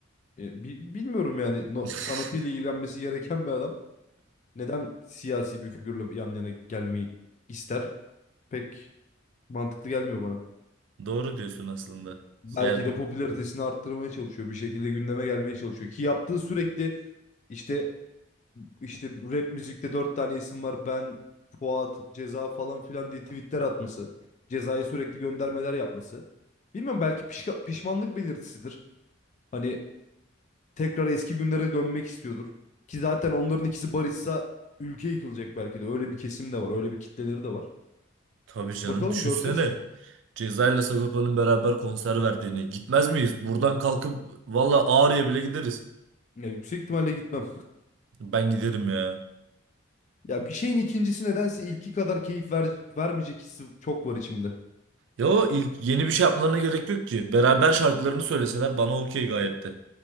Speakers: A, on the left (about 35°); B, on the right (about 65°).
A: E, bi- bilmiyorum yani no,
B: <laughs>
A: sanatıyla ilgilenmesi gereken bir adam neden siyasi bir figürle yan yana gelmeyi ister? Pek mantıklı gelmiyor bana.
B: Doğru diyorsun aslında.
A: Belki
B: Yani bu
A: de popülaritesini arttırmaya çalışıyor. Bir şekilde gündeme gelmeye çalışıyor. Ki yaptığı sürekli işte işte rap müzikte dört tane isim var. Ben, Fuat, Ceza falan filan diye tweetler atması. Ceza'ya sürekli göndermeler yapması. Bilmiyorum belki pişka- pişmanlık belirtisidir. Hani tekrar eski günlere dönmek istiyordur. Ki zaten onların ikisi barışsa ülke yıkılacak belki de. Öyle bir kesim de var, öyle bir kitleleri de var.
B: tabii canım
A: Bakalım
B: düşünsene.
A: göreceğiz.
B: Ceza ile Sagopa'nın beraber konser verdiğini. Gitmez miyiz? Buradan kalkıp valla Ağrı'ya bile gideriz.
A: Ya yüksek ihtimalle gitmem.
B: Ben giderim ya.
A: Ya bir şeyin ikincisi nedense ilki kadar keyif ver, vermeyecek hissi çok var içimde. Ya
B: Ya o ilk yeni bir şey yapmalarına gerek yok ki. Beraber şarkılarını söyleseler bana okey gayet de.